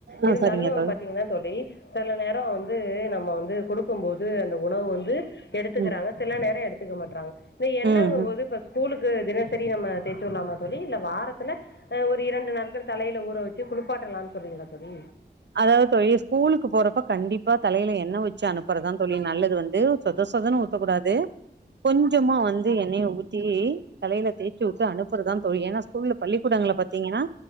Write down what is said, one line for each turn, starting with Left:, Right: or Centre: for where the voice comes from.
Right: ஆ
Left: இருந்தாலு
Right: சரிங்க தோழி
Left: பாத்தீங்கன்னா தோழி செல நேரோ வந்தூ நம்ம வந்து குடுக்கும் போது அந்த உணவு வந்து எடுத்துக்கிறாங்க
Right: ம்
Left: சில நேரோ எடுத்துக்க மாட்றாங்க இந்த எண்ணங்கும்
Right: ம் ம்
Left: போது பஸ் ஸ்கூலுக்கு தினசரி நம்ம தேச்சு வுட்லாமா தோழி இல்ல வாரத்துல ஆ ஒரு இரண்டு நாட்கள் தலைல ஊற வச் சு குளிப்பாட்டலாம்னு சொல்றீங்களா தோழி
Right: அதாவது தோழி ஸ்கூலுக்கு போறப்ப கண்டிப்பா தலயில என்ன வச்சு அனுப்புறதுதா தோழி நல்லது வந்து சொத் தோசதன்னு ஊத்தக்கூடாது கொஞ்சமா வந்து எண்ணெய ஊத்தி தலைல தேச்சு உட்டு அனுப்புறதா தோழி ஏன்னா ஸ்கூல்ல பள்ளிக்கூடங்கள்ல பாத்தீங்கன்னா